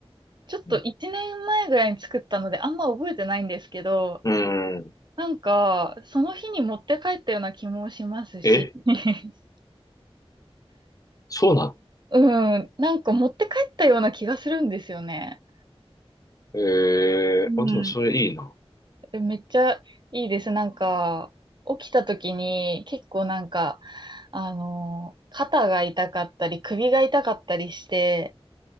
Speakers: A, on the right (about 45°); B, on the left (about 35°).
A: ちょっと1年前ぐらいに作ったのであんま覚えてないんですけど、
B: うん。うん。
A: なんか、その日に持って帰ったような気もしますし、
B: え、
A: <laughs>
B: そうなの
A: うん、なんか持って帰ったような気がするんですよね。
B: えー、
A: うん。
B: あ、でもそれいいな。
A: めっちゃいいです。なんか、起きた時に結構なんか、あの、肩が痛かったり、首が痛かったりして、